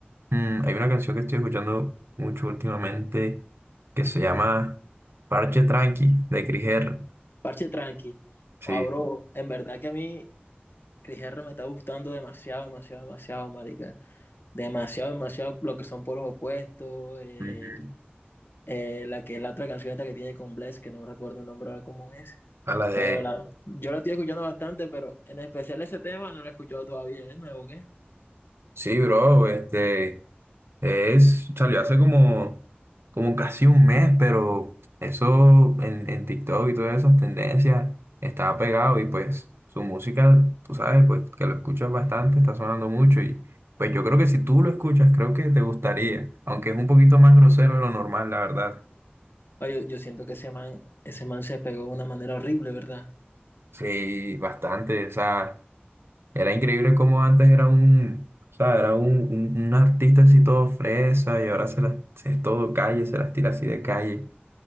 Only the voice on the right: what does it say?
mm, hay una canción que estoy escuchando mucho últimamente que se llama Parche Tranqui, de Cris R.
Sí,
ujú.
a la de...
Sí, bro, este es, salió hace como, como casi un mes, pero eso en, en TikTok y todas esas tendencias estaba pegado y pues su música, tú sabes, pues que lo escuchas bastante, está sonando mucho y pues yo creo que si tú lo escuchas, creo que te gustaría, aunque es un poquito más grosero de lo normal, la verdad.
Sí, bastante, o sea... Era increíble cómo antes era un, o sea, era un, un- un artista así todo fresa y ahora se las, se es todo calle, se las tira así de calle.